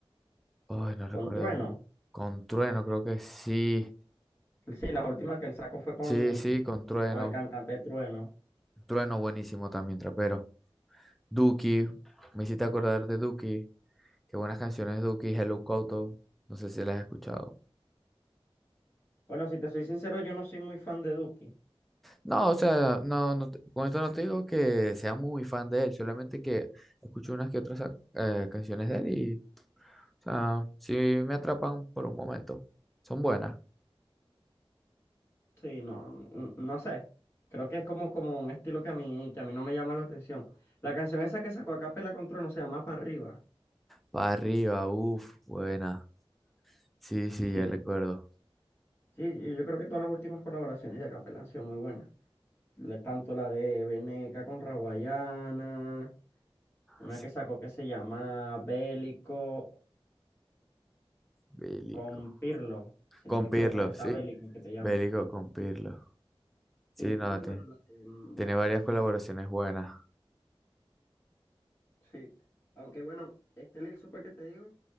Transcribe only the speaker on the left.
con Trueno.
Sí, la última que él sacó fue con,
con el cantante Trueno.
Bueno, si te soy sincero, yo no soy muy fan de Duki.
Sí, no, n- no sé. Creo que es como, como un estilo que a mí, que a mí no me llama la atención. La canción esa que sacó a capela con Trueno se llama Pa' Arriba.
Sí.
Sí, y yo creo que todas las últimas colaboraciones de Acapela han sido muy buenas. La- tanto la de Veneca con Raguayana, una
que sacó que se llama Bélico
con Pirlo, si
no me equivoco,
es esa
Bélico que te llamo.
Sí,
y bueno,
la de, mm,
la
de la sal-
Sí. Aunque bueno, este Lil Super que te digo,